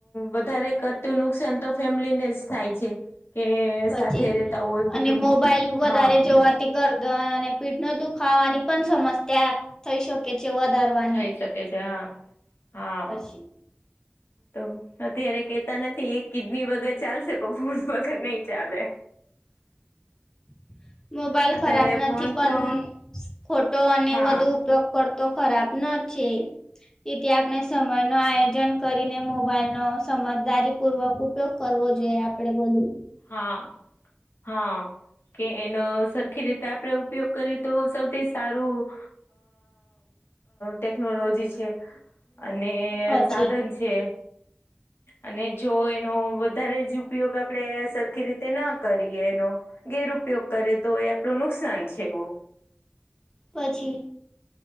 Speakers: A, on the left; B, on the left.
A: વધારે કરતું નુકસાન તો ફેમિલીને જ થાય છે કે?
B: પછી
A: સાથે રેતા હોય
B: અને
A: કુટુંબ
B: મોબાઈલ વધારે
A: હા
B: જો જોવાથી ગરદ અને પીઠનો દુખાવાની પણ સમસ્યા થઈ શકે છે. વધારવાની
A: થઈ શકે છે, હા. હા
B: પછી
A: તો અત્યારે કેતા નથી એ કિડની વગર ચાલશે પણ ફૂલ વગર નહી ચાલે.
B: <inaudible> મોબાઈલ
A: અત્યારે
B: ખરાબ નથી
A: ફોન
B: પણ
A: તો
B: ખોટો અને
A: હા
B: વધુ ઉપયોગ પડતો ખરાબ ન છે. તેથી આપણે સમયનો આયોજન કરીને મોબાઈલ નો સમજદારીપૂર્વક ઉપયોગ કરવો જોઈએ. આપણે બધું
A: હા, હા. કે એનો સરખી રીતે આપણે ઉપયોગ કરીએ તો સૌથી સારું. ટેકનોલોજી છે અને
B: પછી
A: સાધન છે. અને જો એનો વધારે જ ઉપયોગ આપણે સરખી રીતે ના કરીએ એનો ગેરઉપયોગ કરે તો એ આપણું નુકસાન છે, બો.
B: પછી